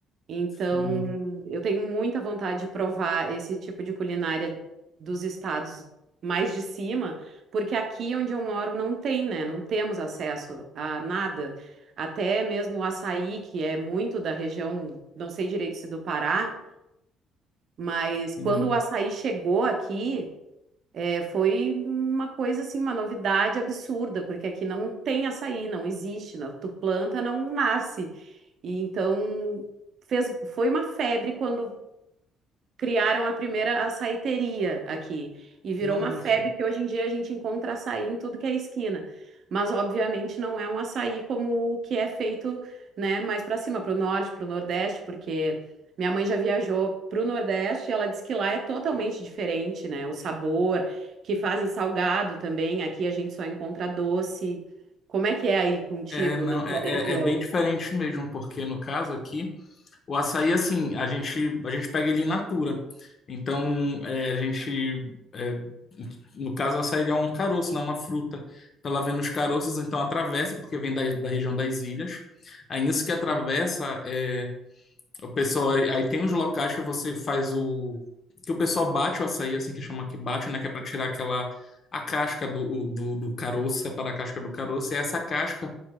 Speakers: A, on the right; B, on the left.
A: Então,
B: sim.
A: eu tenho muita vontade de provar esse tipo de culinária dos estados mais de cima, porque aqui onde eu moro não tem, né? Não temos acesso a nada. Até mesmo o açaí, que é muito da região, não sei direito se do Pará, mas
B: Sim.
A: quando o açaí chegou aqui. É, foi uma coisa assim, uma novidade absurda, porque aqui não tem açaí, não existe, não, tu planta, não nasce. E então fez, foi uma febre quando criaram a primeira açaiteria aqui. E virou
B: Nossa.
A: uma febre que hoje em dia a gente encontra açaí em tudo que é esquina. Mas, obviamente, não é um açaí como o que é feito, né, mais para cima, para o norte, para o nordeste, porque minha mãe já viajou para o nordeste e ela disse que lá é totalmente diferente, né? O sabor, que fazem salgado também. Aqui a gente só encontra doce. Como é que é aí contigo,
B: É, não,
A: na tua
B: é,
A: região?
B: é, é bem diferente mesmo, porque no caso aqui, o açaí, assim, a gente, a gente pega ele in natura. Então, é, a gente, é, no caso, o açaí ele é um caroço, não é uma fruta. Então, ela vem nos caroços, então atravessa, porque vem da, da região das ilhas. Aí, isso que atravessa é, O pessoal, aí aí tem uns locais que você faz o. Que o pessoal bate o açaí, assim, que chama que bate, né? Que é pra tirar aquela. A casca do, o- do, do caroço, separar a casca do caroço. E é essa casca